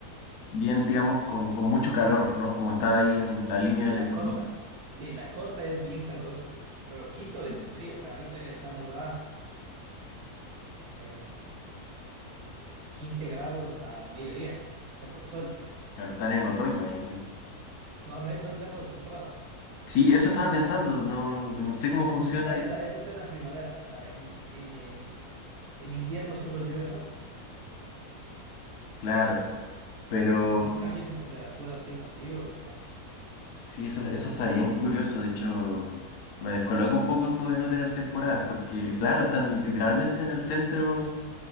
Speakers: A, on the left; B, on the right.
A: bien, digamos, como con mucho calor, ¿no? Como está ahí en la línea del
B: La
A: Ecuador.
B: costa, sí, la costa es bien calurosa, pero Quito es
A: Sí.
B: frío, o sea, ahorita estamos a em, 15 grados a mediodía, o sea, con sol.
A: Claro, están en otoño ellos, ¿no?
B: No, no, no tenemos temporadas,
A: Sí, eso estaba pensando, no, no sé cómo funciona
B: o sea,
A: ahí.
B: es la, es la eterna primavera, o sea, en, en, en, en invierno solo llueve más
A: Claro,
B: y ya,
A: pero
B: o sea, pero cambios de temperatura así masivos, no.
A: sí, eso, eso está bien curioso. De hecho, me descoloca un poco eso de no tener temporadas, porque claro, están literalmente en el centro